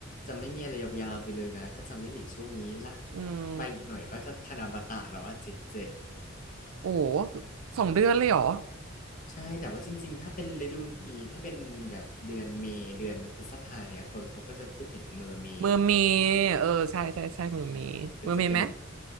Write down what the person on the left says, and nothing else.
จะไม่มีอะไรยาวๆไปเลยนะถ้าจะไม่ผิดช่วงนี้ละ
ใบอีกหน่อยก็จะธนบัตรแล้วว่าเจ็ดเจ็ด
ใช่แต่ว่าจริงๆ ถ้าเป็นฤดูนี้ถ้าเป็นแบบเดือนเมษเดือนพฤษภาเนี่ยคนเขาก็จะพูดถึงเมอร์เมย์เนาะ
เออก็จะเป็น